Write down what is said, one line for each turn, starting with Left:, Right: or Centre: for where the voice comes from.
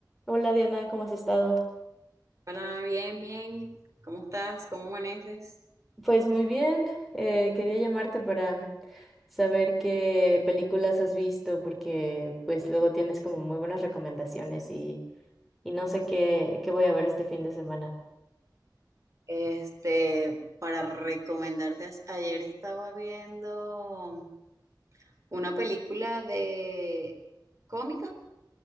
Centre: Hola Diana, ¿cómo has estado?
Right: Hola, bien, bien. ¿Cómo estás? ¿Cómo amaneces?
Centre: Pues muy bien, eh, quería llamarte para saber qué películas has visto porque pues luego tienes como muy buenas recomendaciones y, y no sé qué, qué voy a ver este fin de semana.
Right: Este, para recomendarte, as- ayer estaba viendo una película de cómica.